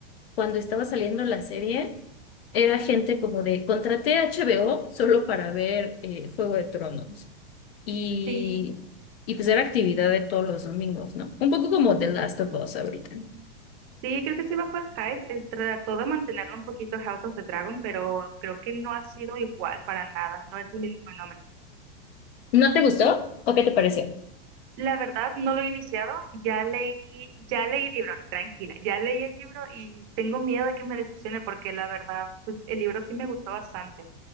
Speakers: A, on the left; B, on the right.
A: cuando estaba saliendo la serie, era gente como de, contraté HBO solo para ver eh, Juego de Tronos. Y,
B: Sí,
A: y pues era actividad de todos los domingos, ¿no? Un poco como The Last of Us ahorita.
B: sí, creo que sí bajó el hype. eh, Trató de mantenerlo un poquito House of the Dragon, pero creo que no ha sido igual para nada. No es el mismo fenómeno.
A: ¿No te gustó? ¿O qué te pareció?
B: La verdad, no lo he iniciado. Ya leí, ya leí el libro, tranquila. Ya leí el libro y tengo miedo de que me decepcione porque la verdad, pues el libro sí me gustó bastante.